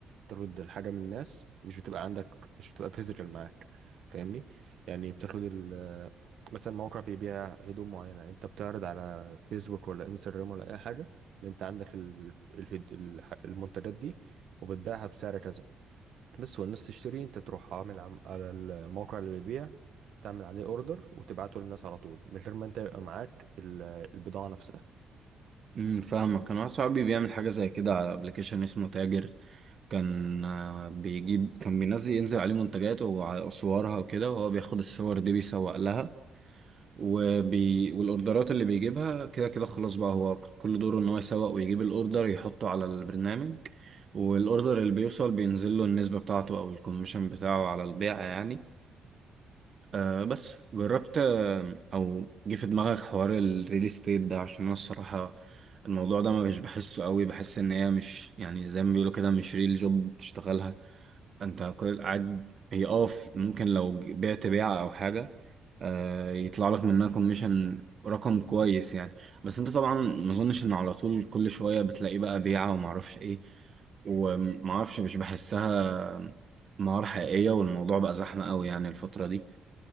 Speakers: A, on the right (about 65°); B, on the right (about 45°).
A: ترد الحاجة من الناس مش بتبقى عندك مش بتبقى فيزيكال معاك فاهمني يعني بتاخد ال مثلا موقع بيبيع هدوم معينة انت بتعرض على فيسبوك ولا انستجرام ولا اي حاجة ان انت عندك ال... الهد... الح- المنتجات دي وبتبيعها بسعر كذا بس والناس تشتري انت تروح عامل عم... على الموقع اللي بيبيع تعمل عليه اوردر وتبعته للناس على طول من غير ما انت يبقى معاك ال- البضاعة نفسها
B: امم فاهمك كان واحد صاحبي بيعمل حاجة زي كده على ابلكيشن اسمه تاجر كان آه، بيجيب كان بينزل ينزل عليه منتجات وصورها وكده وهو بياخد الصور دي بيسوق لها وبي... والاوردرات اللي بيجيبها كده كده خلاص بقى هو كل دوره ان هو يسوق ويجيب الاوردر يحطه على البرنامج والاوردر اللي بيوصل بينزل له النسبة بتاعته او الكوميشن بتاعه على البيع يعني آه بس جربت آه، او جه في دماغك حوار الريل استيت ده عشان انا الصراحة الموضوع ده ما مش بحسه قوي بحس ان هي مش يعني زي ما بيقولوا كده مش ريل جوب بتشتغلها انت كل قاعد هي اه ف- ممكن لو ج- بعت بيعة او حاجة آه، يطلع لك منها كوميشن رقم كويس يعني بس انت طبعا ما اظنش ان على طول كل شوية بتلاقي بقى بيعة وما اعرفش ايه وما اعرفش مش بحسها مهارة حقيقية والموضوع بقى زحمة قوي يعني الفترة دي